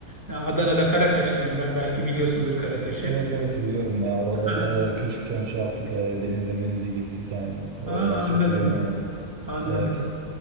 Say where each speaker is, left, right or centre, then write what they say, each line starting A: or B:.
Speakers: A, on the right; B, on the right.
A: e, Adana'da Karataşlıyım ben belki biliyorsundur Karataş'ı.
B: Evet evet biliyorum ya. Oralarda
A: Ha,
B: küçükken şey yaptık. e, denize menize gittik yani. Oraları
A: aa,
B: az
A: anladım
B: çok biliyorum evet.
A: anladım.
B: Evet.